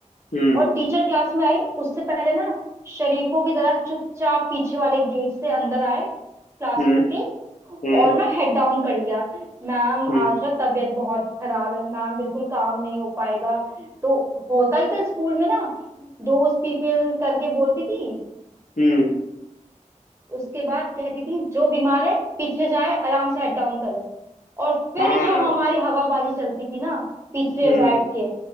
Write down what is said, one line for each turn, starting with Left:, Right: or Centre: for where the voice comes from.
Left: हम्म
Right: और टीचर क्लास में आई उससे पहले ना शरीफों की तरह चुपचाप पीछे वाले गेट से अंदर आए क्लासरूम
Left: हम्म
Right: के
Left: हम्म
Right: और ना हेड डाउन कर लिया मैम
Left: हम्म
Right: आज ना तबीयत बहुत खराब है मैम बिल्कुल काम नहीं हो पाएगा तो होता ही था स्कूल में ना दोस्त पीपल करके बोलती थी
Left: हम्म
Right: उसके बाद कहती थी जो बीमार है पीछे जाए आराम से हेड डाउन करे और फिर
Left: हाँ
Right: जो हमारी हवाबाजी चलती थी ना पीछे
Left: हम्म
Right: बैठ के